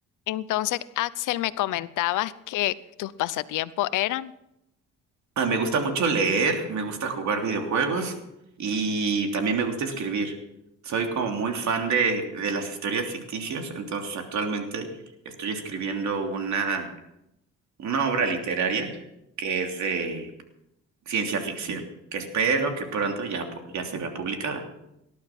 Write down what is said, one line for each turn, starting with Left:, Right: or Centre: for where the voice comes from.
Left: Entonces, Axel, me comentabas que tus pasatiempos eran.
Right: Ah, me gusta mucho leer, me gusta jugar videojuegos y también me gusta escribir. Soy como muy fan de, de las historias ficticias, entonces actualmente estoy escribiendo una, una obra literaria que es de ciencia ficción, que espero que pronto ya, pu- ya se vea publicada.